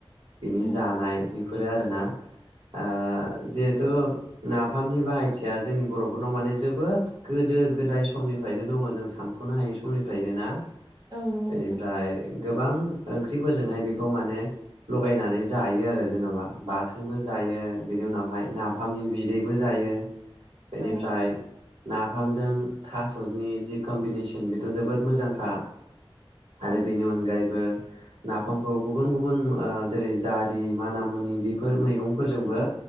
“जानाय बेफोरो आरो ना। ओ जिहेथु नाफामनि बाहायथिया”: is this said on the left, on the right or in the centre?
Right